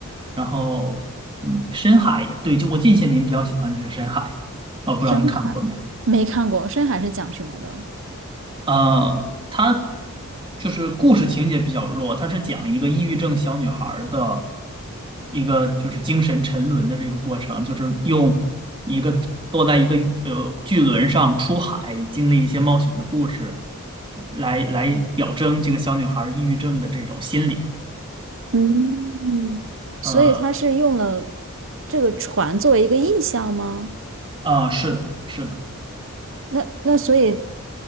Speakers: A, on the right (about 20°); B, on the right (about 60°).
A: 然后嗯，《深海》也对，就我近些年比较喜欢的是《深海》，啊、不知道你看过没？
B: 深海没看过，
A: 有？
B: 深海是讲什么的？
A: 呃，它就是故事情节比较弱，它是讲一个抑郁症小女孩儿的一个就是精神沉沦的这个过程，就是用一个坐在一个呃巨轮上出海，经历一些冒险的故事，来来表征这个小女孩儿抑郁症的这种心理。
B: 嗯，
A: 呃
B: 所以它是用了这个船作为一个意象吗？
A: 啊，是的，是的。
B: 那那所以